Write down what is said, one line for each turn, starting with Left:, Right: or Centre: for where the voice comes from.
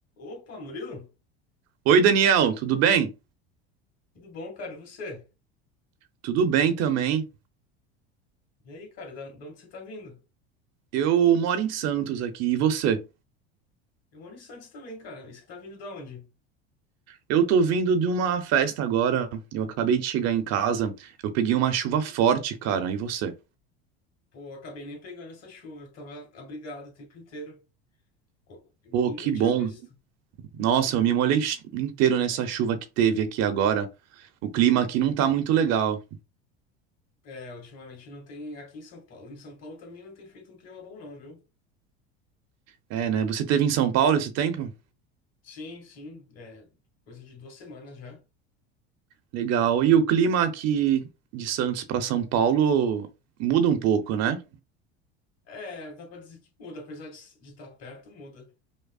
Left: Opa, Murilo?
Right: Oi, Daniel, tudo bem?
Left: Tudo bom, cara? E você?
Right: Tudo bem também.
Left: E aí, cara, da, da onde você tá vindo?
Right: Eu moro em Santos aqui, e você?
Left: Eu moro em Santos também, cara. E você tá vindo da onde?
Right: Eu tô vindo de uma festa agora. Eu acabei de chegar em casa. Eu peguei uma chuva forte, cara. E você?
Left: Pô, acabei nem pegando essa chuva. Eu tava abrigado o tempo inteiro. Co- E
Right: Pô, que
Left: nem tinha
Right: bom.
Left: visto.
Right: Nossa, eu me molhei ch- inteiro nessa chuva que teve aqui agora. O clima aqui não tá muito legal.
Left: É, ultimamente não tem aqui em São Paulo. Em São Paulo também não tem feito um clima bom, não, viu?
Right: É, né? Você teve em São Paulo esse tempo?
Left: Sim, sim. É coisa de duas semanas já.
Right: Legal. E o clima aqui de Santos pra São Paulo muda um pouco, né?
Left: É, dá pra dizer que muda. Apesar de estar perto, muda.